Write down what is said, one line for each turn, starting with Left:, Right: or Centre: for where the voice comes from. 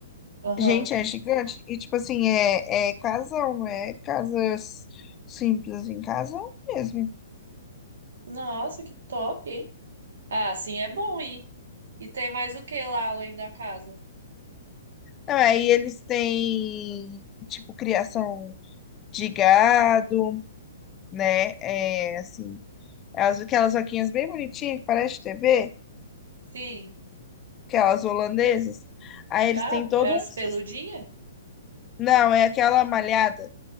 Right: Aham.
Left: Gente, é gigante. E, tipo assim, é, é casão, não é casas simples, assim, casão mesmo.
Right: Nossa, que top, hein? Ah, sim, é bom ir. E tem mais o que lá além da casa?
Left: Não, aí eles têm, tipo, criação de gado, né? É, assim, elas- aquelas vaquinhas bem bonitinhas, que parece TV,
Right: Sim.
Left: aquelas holandesas. Aí eles
Right: Ah,
Left: têm todo
Right: é as
Left: um... sis-
Right: peludinhas?
Left: Não, é aquela malhada,